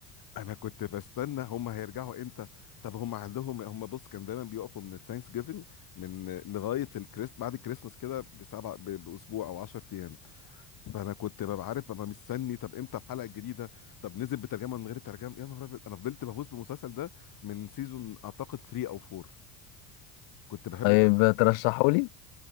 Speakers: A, on the left; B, on the left.
A: انا كنت بستنى هم هيرجعوا امتى طب هم عندهم هم بص كان دايما بيقفوا من الثانكس جيفنج من لغايه الكريس بعد الكريسماس كده بسبع ب- باسبوع او 10 ايام فانا كنت ببقى عارف ببقى مستني طب امتى الحلقه الجديده طب نزل بترجمه من غير ترجمه يا نهار ابيض انا فضلت بهوس بالمسلسل ده من سيزون اعتقد 3 او 4 كنت بحبه
B: طيب
A: جدا.
B: ترشحوا لي